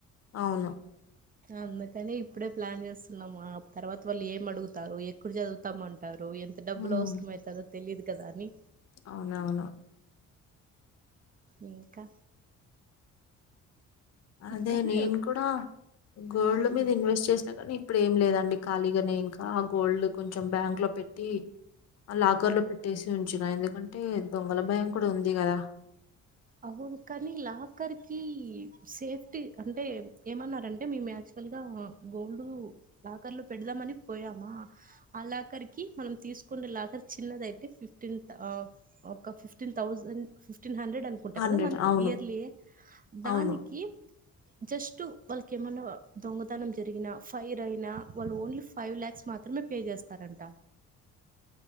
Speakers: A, on the left (about 55°); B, on the right (about 30°).
A: అవును
B: అందుకని ఇప్పుడే ప్లాన్ చేస్తున్నాము ఆ తర్వాత వాళ్ళు ఏం అడుగుతారు ఎక్కడ చదువుతామ అంట రు ఎంత డబ్బులు
A: ఉమ్
B: అవసరం అయితదో తెలియదు కదా అని
A: అవునవును
B: ఇంకా
A: అదే
B: కానీ
A: నేను కూడా గోల్డ్
B: అవును
A: మీద ఇన్వెస్ట్ చేసినా కానీ ఇప్పుడు ఏం లేదండి ఖాళీగానే ఇంకా గోల్డ్ కొంచెం బ్యాంక్ లో పెట్టి ఆ లాకర్ లో పెట్టేసి ఉంచి న ఎందుకంటే దొంగల భయం కూడా ఉంది కదా
B: అవును కానీ లాకర్ కి సేఫ్టీ అంటే ఏమన్నారంటే మీ మ్యాచ్ అసలుగా గోల్డ్ లాకర్ లో పెడదామని పోయామా అ లాకరికి మనం తీసుకు లాగా చిన్నదియితే ఫిఫ్టీన్ ఒక ఫిఫ్టీన్ తౌసండ్ ఫిఫ్టీన్ హండ్రెడ్ టా
A: హండ్రెడ్
B: కదా మంత్
A: అవును
B: ఇయర్లీ దానికి
A: అవును
B: జస్ట్ వాళ్ళకి ఏమన్నా దొంగతనం జరిగినా ఫైర్ అయినా వాళ్ళు ఓన్లీ ఫైవ్ లాక్స్ మాత్రం మాత్రమే పే చేస్తారంట
A: <inaudible>